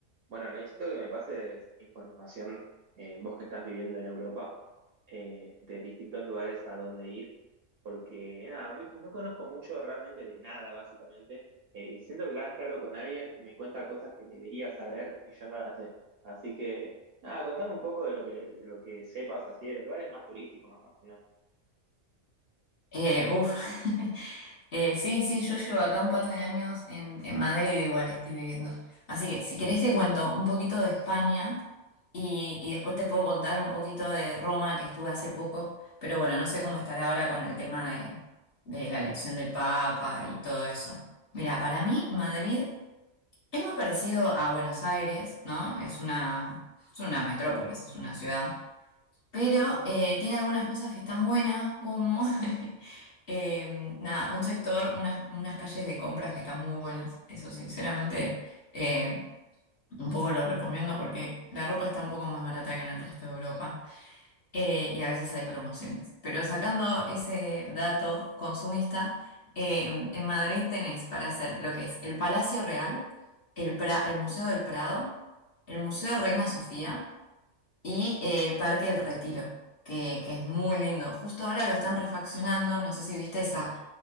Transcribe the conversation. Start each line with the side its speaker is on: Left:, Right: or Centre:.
Right: Bueno, necesito que me pases información, eh, vos que estás viviendo en Europa, eh, de distintos lugares a dónde ir, porque nada, vi- no conozco mucho realmente de nada, básicamente, eh, y siento que cada vez que hablo con alguien me cuenta cosas que debería saber y yo no las sé. Así que, nada, contame un poco de lo que, de lo que sepas así, de los lugares más turísticos, más, o menos.
Left: Eh, uf. <laughs> Eh, sí, sí, yo llevo acá un par de años en, en Madrid, igual estoy viviendo. Así que si querés te cuento un poquito de España y, y después te puedo contar un poquito de Roma que estuve hace poco, pero bueno, no sé cómo estará ahora con el tema de, de la elección del Papa y todo eso. Mira, para mí Madrid es muy parecido a Buenos Aires, ¿no? Es una, es una metrópolis, es una ciudad, pero eh, tiene algunas cosas que están buenas, como... <laughs> Eh, nada, un sector, unas, unas calles de compras que están muy buenas. Eso sinceramente eh, un poco lo recomiendo porque la ropa está un poco más barata que en el resto de Europa eh, y a veces hay promociones. Pero sacando ese dato consumista, eh, en Madrid tenés para hacer lo que es el Palacio Real, el, Pra- el Museo del Prado, el Museo Reina Sofía y el Parque El Retiro. Que, que es muy lindo. Justo ahora lo están refaccionando, no sé si viste esa